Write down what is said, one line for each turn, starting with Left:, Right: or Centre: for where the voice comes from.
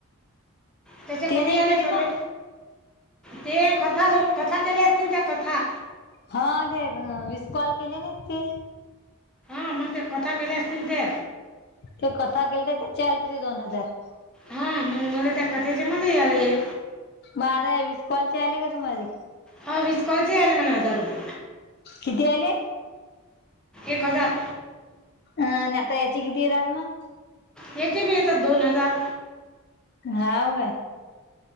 Centre: त्याच्या कमी
Left: ते नाही
Centre: आले
Left: केले
Centre: सर्व
Left: मग.
Centre: ते कथा ज कथा केली असतील त्या कथा
Left: हा ते विसकॉल केली ना इतकी
Centre: आम्हा ते कथ केले अस ते
Left: ते कथा केल ते त्याची आल त ते दोन हजार
Centre: हां मला त्या कथेचे मला या आलं
Left: माझा विसकॉल आले का तुम्हाला
Centre: ह विस्कॉउंट याले मला हजार रुपये
Left: किती आले
Centre: एक हजार
Left: अ नाहीता याच कितीरानम
Centre: येथे बी येतात दोन हजार
Left: हाव